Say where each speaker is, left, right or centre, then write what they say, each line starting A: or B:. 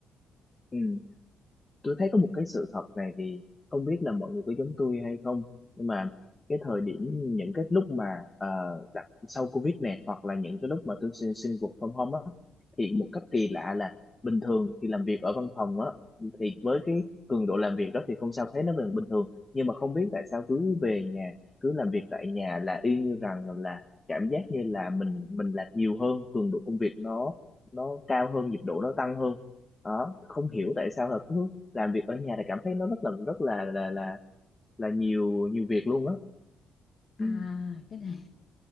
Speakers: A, on the left (about 25°); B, on the left (about 50°).
A: ừ tôi thấy có một cái sự thật này thì không biết là mọi người có giống tôi hay không nhưng mà cái thời điểm những cái lúc mà ờ, đặt sau Covid này hoặc là những cái lúc mà tôi xin xin work from home á thì một cách kỳ lạ là bình thường thì làm việc ở văn phòng á thì với cái cường độ làm việc đó thì không sao thấy nó vẫn bình thường nhưng mà không biết tại sao cứ về nhà cứ làm việc tại nhà là y như rằng là cảm giác như là mình mình làm nhiều hơn cường độ công việc nó nó cao hơn nhịp độ nó tăng hơn đó không hiểu tại sao là cứ làm việc ở nhà thì cảm thấy nó rất là rất là là là là nhiều nhiều việc luôn á
B: à
A: ừ
B: cái này